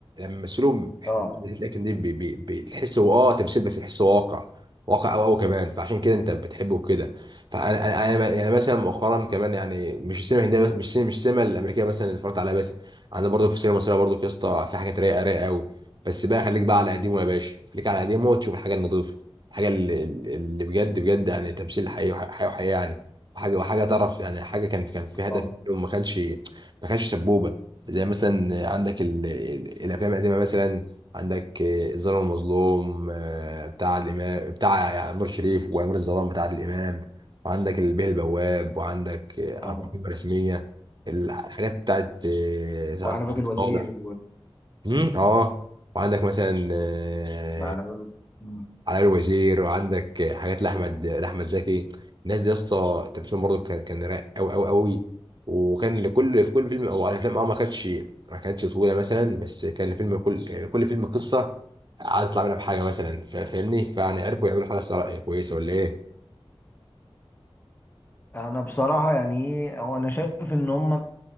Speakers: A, on the right; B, on the left.
A: يمثلوا
B: اه
A: لكن دي بي بي بتحس هو اه تمثيل بس تحسه واقع واقع قوي قوي كمان فعشان كده انت بتحبه كده فانا انا انا يعني مثلا مؤخرا كمان يعني مش السينما الهنديه بس مش السينما مش السينما الامريكيه مثلا اللي اتفرجت عليها بس عندنا برضه في السينما المصريه برضه يا اسطى في حاجات رايقه رايقه قوي بس بقى خليك بقى على قديمه يا باشا خليك على قديمه وتشوف الحاجه النظيفه الحاجه اللي, اللي بجد بجد يعني تمثيل حقيقي حقيقي وحقيقي يعني وحاجه وحاجه تعرف يعني حاجه كان كان في هدف
B: اه
A: ما كانش ما كانش سبوبه زي مثلا عندك ال... ال- الافلام القديمه مثلا عندك آه، الظالم والمظلوم آه، بتاع عادل امام بتاع نور شريف وامير الظلام بتاع عادل امام وعندك البيه البواب وعندك آه،
B: اه
A: اربعه كلمه رسميه الحاجات بتاعت آه، سعاد
B: وعلى باب الوزير
A: صالح مم، اه وعندك مثلا آه،
B: ما انا مم.
A: علي الوزير وعندك حاجات لاحمد لاحمد زكي الناس دي يا اسطى تمثيلهم برضه كان كان رايق قوي قوي قوي وكان لكل في كل فيلم او على افلام اه ما كانتش ما كانتش طويله مثلا بس كان الفيلم كل كان كل فيلم قصه عايز يطلع منها بحاجه مثلا فا- فاهمني فيعني عرفوا يعملوا حاجه صراحة كويسه ولا ايه
B: انا بصراحه يعني ايه هو انا شايف ان هم